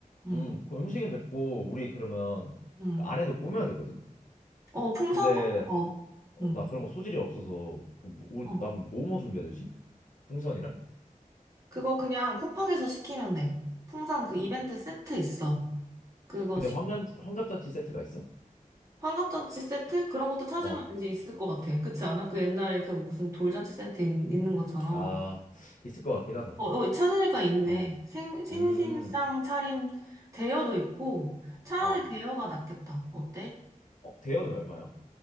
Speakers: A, on the right; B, on the left.
A: 응,
B: 음, 그 음식은 됐고, 우리 그러면
A: 응.
B: 그 안에도 꾸며야 되거든?
A: 어, 풍선
B: 근데,
A: 같은 거.
B: 어,
A: 응.
B: 나 그런 거 소질이 없어서, 그 뭐- 우리,
A: 어.
B: 나 그럼 뭐 뭐 준비해야 되지? 풍선이랑?
A: 그거 그냥 쿠팡에서 시키면 돼. 풍선 그 이벤트 세트 있어. 그거
B: 근데
A: 시키.
B: 환갑, 환갑잔치 세트가 있어?
A: 환갑잔치 세트? 그런 것도 찾으면
B: 어,
A: 왠지 있을 것 같아. 그렇지 않아? 그 옛날에 그 무슨 돌잔치 세트 있, 는 것처럼.
B: 아, 있을 것 같긴 하다.
A: 어, 어, 찾으니까 있네.
B: 어,
A: 생, 생신상
B: 음,
A: 차림 대여도 있고, 차라리
B: 어,
A: 대여가 낫겠다. 어때?
B: 어, 대여는 얼마야?